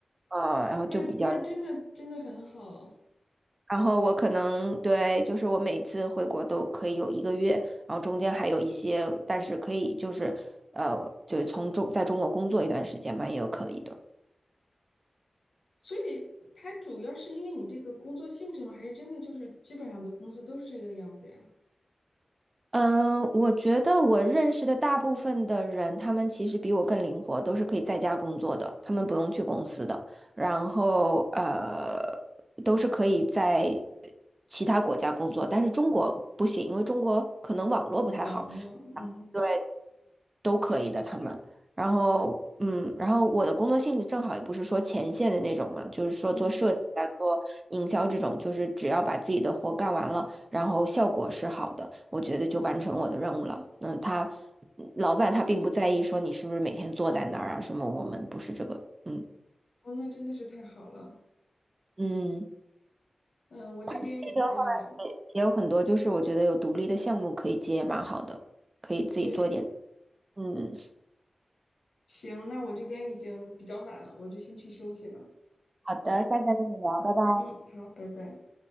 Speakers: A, on the right (about 30°); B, on the left (about 70°).
A: 呃，然后就比较，
B: 那那真的真的很好。
A: 然后我可能对，就是我每次回国都可以有一个月，然后中间还有一些，但是可以就是呃，就是从中在中国工作一段时间嘛，也有可以的。
B: 所以它主要是因为你这个工作性质吗？还是真的就是基本上的工资都是这个样子呀？
A: 嗯，我觉得我认识的大部分的人，他们其实比我更灵活，都是可以在家工作的，他们不用去公司的，然后呃，都是可以在其他国家工作，但是中国不行，因为中国可能网络不太好。
B: 网络，嗯
A: 对，可以的，他们。然后，嗯，然后我的工作性质正好也不是说前线的那种嘛，就是说做设计啊、
B: 嗯，
A: 做营销这种，就是只要把自己的活干完了，然后效果是好的，我觉得就完成我的任务了。嗯，他嗯老板他并不在意说你是不是每天坐在那儿啊什么，我们不是这个，嗯
B: 哦，那真的是太好了。
A: 嗯，
B: 嗯，我这边，
A: 这个话
B: 嗯，
A: 也有很多，就是我觉得有独立的项目可以接，蛮好的，可以自己做一点。
B: 对，
A: 嗯，
B: 行，那我这边已经比较晚了，我就先去休息了。
A: 好的，下次再跟你聊，拜拜。
B: 嗯，好，拜拜。